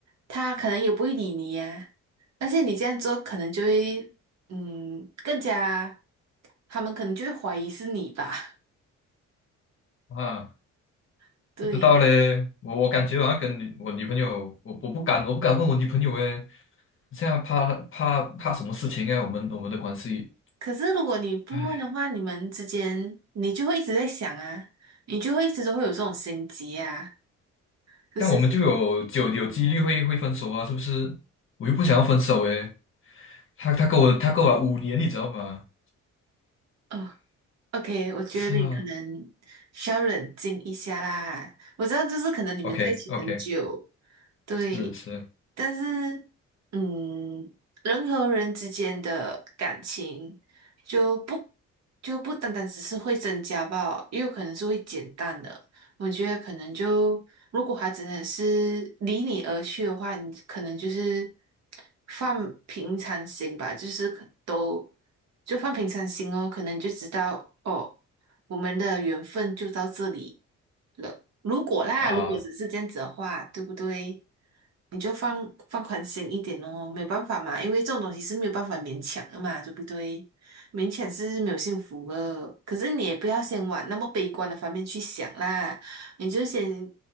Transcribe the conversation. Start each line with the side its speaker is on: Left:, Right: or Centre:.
Right: 他可能也不会理你呀、而且你这样做，可能就会嗯，更加他们可能就会怀疑是你吧？
Left: 啊，
Right: <laughs> 对。
Left: 不知道嘞，我我感觉我要跟女我女朋友，我我不敢我不敢问我女朋友诶，现在怕怕怕什么事情啊？我们我们的关系，
Right: 可是如果你不问的话，
Left: 唉，
Right: 你们之间你就会一直在想啊，你就会一直都会有这种心结啊，就是。
Left: 但我们就有就有几率会会分手啊，是不是？我又不想要分手诶。他他跟我他跟我五年，你知道吗？
Right: 呃 OK，我觉得你可能需要冷静一下啦。
Left: 是啊
Right: 我知道，就是可能你们在一起很久，
Left: ，OK OK，
Right: 对，
Left: 是是
Right: 但是，嗯，人和人之间的感情就不就不单单只是会增加吧，也有可能是会减淡的。我觉得可能就如果他真的是离你而去的话，你可能就是放平常心吧，就是可都就放平常心哦，可能就知道哦。我们的缘分就到这里了。如果啦，
Left: 啊，
Right: 如果只是这样子的话，对不对？你就放放宽心一点哦，没有办法嘛，因为这种东西是没有办法勉强的嘛，对不对？勉强是没有幸福的，可是你也不要先往那么悲观的方面去想啦，你就先。